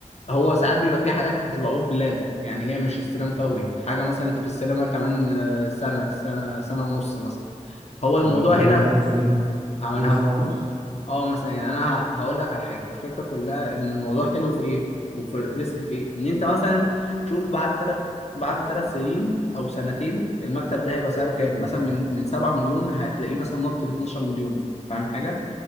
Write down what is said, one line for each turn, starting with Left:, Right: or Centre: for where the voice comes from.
Left: هو ساعات بيبقى في حاجات بتبقى اوف بلان يعني هي مش استلام فوري
Right: اه
Left: حاجه مثلا انت بتستلمها كمان آه، سنه سنه سنه ونص مثلا هو الموضوع
Right: فبيضيع
Left: هنا
Right: من الثلاث سنين
Left: عملها
Right: دول سنه ونص
Left: اه مثلا يعني انا ه- هقول لك على حاجه الفكره كلها ان الموضوع حلو في ايه وفي الريسك في ايه ان انت مثلا شوف بعد ثلاث بعد ثلاث سنين او سنتين المكتب ده هيبقى سعره كام
Right: تمام
Left: مثلا من من 7 مليون هتلاقيه مثلا نط ل 12 مليون فاهم حاجه